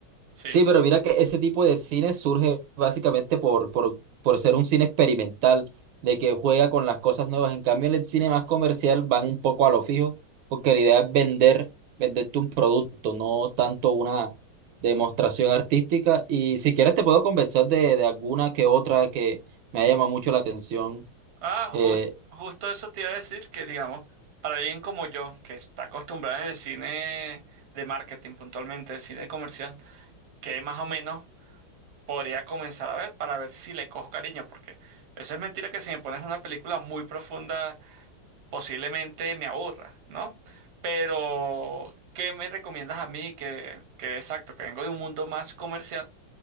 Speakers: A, on the right (about 50°); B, on the right (about 75°).
A: Sí.
B: Sí, pero mira que ese tipo de cine surge básicamente por, por, por ser un cine experimental, de que juega con las cosas nuevas. En cambio, en el cine más comercial van un poco a lo fijo, porque la idea es vender, venderte un producto, no tanto una demostración artística. Y si quieres te puedo convencer de, de alguna que otra que me ha llamado mucho la atención.
A: Ah,
B: Eh,
A: jus- justo eso te iba a decir que, digamos, para alguien como yo, que está acostumbrado en el cine de marketing puntualmente, el cine comercial, que más o menos podría comenzar a ver para ver si le cojo cariño, porque eso es mentira que si me pones una película muy profunda, posiblemente me aburra, ¿no? Pero, ¿qué me recomiendas a mí que, que exacto, que vengo de un mundo más comercial?